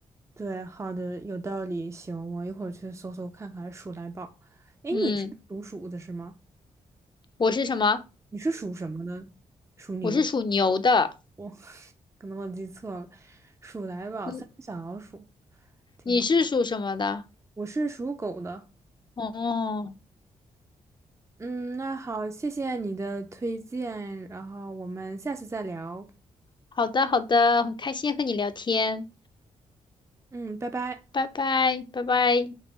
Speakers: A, on the right; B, on the left.
A: 对，好的，有道理，行，我一会儿去搜搜看看《鼠来宝》。哎，
B: 嗯，
A: 你是属鼠的是吗？
B: 我是什么？
A: 你是属什么的？属牛？
B: 我是属牛的，
A: 我、可能我记错了，《鼠来宝》三只小老鼠
B: 你
A: 挺好，
B: 你是属什么的？
A: 我是属狗的。
B: 哦，
A: 嗯，那好，谢谢你的推荐，然后我们下次再聊。
B: 好的好的，很开心和你聊天，
A: 嗯，拜拜。
B: 拜拜拜拜。